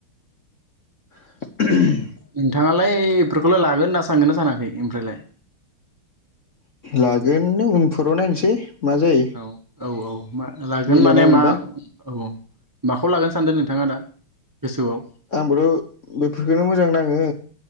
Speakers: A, on the left; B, on the right.
A: <unintelligible>
B: नोंथाङालाय बेफोरखौलाय लागोन होनना सांगोना सानाखै ओमफ्रायलाय
A: लागोन नों उनफोराव नायनोसै मा जायो।
B: औ औ औ मा लागोन
A: मिलायनाय
B: माने
A: मोनबा
B: मा औ औ। माखौ लागोनो सानदों नोंथाङा दा गोसोआव।
A: आंबोथ' बेफोरखोनो मोजां नाङो।